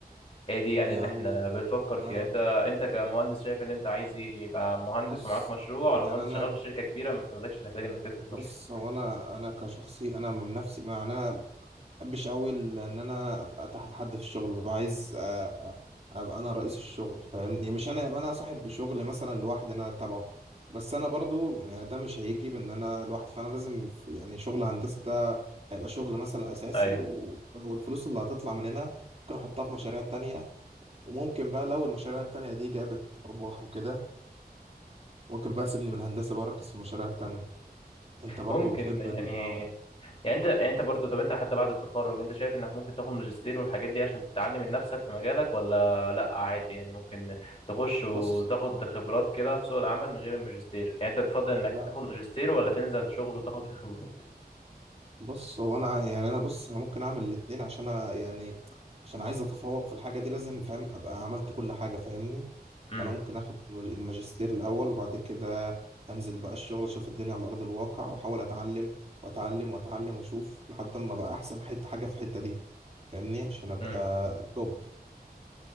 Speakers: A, on the left; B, on the right.
A: هي دي يعني
B: يعني
A: اللي احنا بنفكر فيها
B: انا
A: انت انت كمهندس شايف ان انت عايز ايه يبقى مهندس
B: بص
A: ومعاك مشروع
B: يعني
A: ولا مهندس
B: انا
A: شغال في شركة كبيرة ما تخليكش تحتاج انك تفتح مشروع
B: بص هو انا انا كشخصي انا من نفسي ما يعني انا ما بحبش قوي ان انا ابقى تحت حد في الشغل ببقى عايز أ- أ- ابقى انا رئيس الشغل فاهمني مش انا ابقى انا صاحب شغل مثلا لوحدي انا تبعه بس انا برضو يعني ده مش هيجي بان انا لوحدي فانا لازم في- يعني شغل هندسه ده هيبقى شغل مثلا اساسي
A: ايوه
B: و- والفلوس اللي هتطلع من هنا ممكن احطها في مشاريع تانية وممكن بقى لو المشاريع التانية دي جابت ارباح وكده ممكن بقى سيبني من الهندسة بقى أركز في المشاريع التانية أنت برضو
A: ممكن
B: بتحب
A: يعني
B: ال آه
A: يعني انت يعني انت برضو طب انت حتى بعد التخرج انت شايف انك ممكن تاخد ماجستير والحاجات دي عشان تتعلم من نفسك في مجالك ولا لا عادي يعني ممكن تخش وتاخد
B: بص
A: خبرات كده في سوق العمل من غير الماجستير يعني انت تفضل انك
B: لا
A: تاخد ماجستير ولا تنزل شغل وتاخد فيه خبرات
B: بص هو أنا ع- يعني أنا بص أنا ممكن أعمل الاتنين عشان أنا يعني عشان عايز أتفوق في الحاجة دي لازم فاهم أبقى عملت كل حاجة فاهمني
A: امم
B: فأنا ممكن آخد مج- الماجستير الأول وبعد كده أنزل بقى الشغل أشوف الدنيا على أرض الواقع وأحاول أتعلم وأتعلم وأتعلم وأشوف لحد ما بقى أحسن حتة حاجة في الحتة دي فاهمني عشان أبقى
A: امم
B: توب